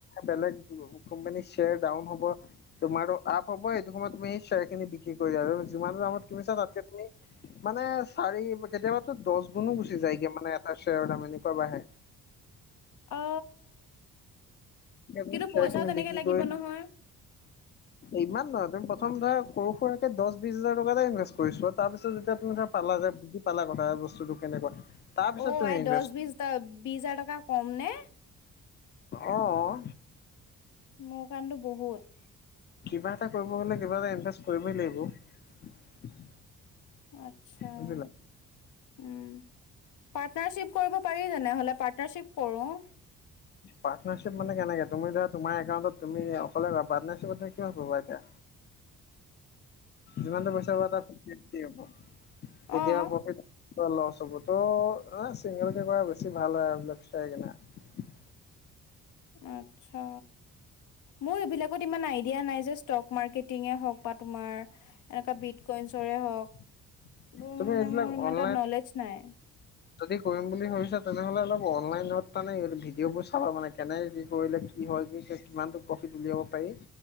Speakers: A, on the left; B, on the left.
A: বেলেগ কোম্পানী শ্বেয়াৰ ডাউন হব, ‌ তোমাৰো আপ হব সেইটো সময়ত তুমি সেই শ্বেয়াৰ খিনি বিক্ৰী কৰি আৰু যিমানটো দামত কিনিছা তাতকে তুমি মানে চাৰি কেতিয়াবাতো দছ গুনো গুচি যায়গে মানে এটা শ্বেয়াৰৰ দাম এনেকুৱা বাঢ়ে।
B: অ।
A: তুমি
B: কিন্তু
A: শ্বেয়াৰ
B: পইচাও
A: খিনি
B: তেনেকে
A: বিক্ৰী
B: লাগিব
A: কৰি
B: নহয়।
A: ইমান নহয় তুমি প্ৰথম ধৰা সৰু সুৰাকে দহ বিশছ হাজাৰ টকাতে ইনভেষ্ট কৰিছো তাৰপিছত যেতিয়া তুমি ধৰা পালা। যে বুজি পালা কথা বস্তুতটো কেনেকুৱা। তাৰ পিছত
B: অ
A: তুমি
B: আই
A: ইনভেষ্ট
B: দহ বিশ বিশ হাজাৰ টকা কম নে।
A: আহ।
B: মমোৰ কামটো বহুত।
A: কিবা এটা কৰিব হ'লে কিবা এটা ইনভেষ্ট কৰিবই লাগিব।
B: আছা উম
A: বুজিলা
B: পাৰ্টনাৰশ্বিপ কৰিব পাৰি জান হলে। পাৰ্টনাৰশিপ কৰোঁ।
A: পাৰ্টাৰশ্বিপ মানে কেনেকে তুমি ধৰা তোমাৰ একাউণ্ট তুম অকলে পাৰ্নাৰশ্বিপত ক কৰিববা এতিয়া। যিমানটো পইচা হ কেতিয়া
B: অ'
A: প্ৰফে লৰ চবুতো এ চিংগল কেে কৰা বেছি ভাল হয় আৰুবিল চাই কিনে।
B: আতছা মোৰ এইবিলাক। ত ইমান আইডিয়া নাই যে ষ্টক মাৰ্কেটিঙে হওক বা তোমাৰ এনেকুৱা বিটকইনছৰে হওক। এইোৰ
A: তুমি
B: মানে
A: এইবিলাক
B: মোৰ ইমান
A: অনলাইন
B: তাত নলেজ নাই।
A: যদি কৰিম বুলি ভাবিছা তেনেহ'লে অলপ অনলাইনত তানে ভিডিঅ'বোৰ চাবা মানে কেনে কি কৰিলে কি হয় কি কিমানো প্ৰফিট উলিয়াব পাৰি।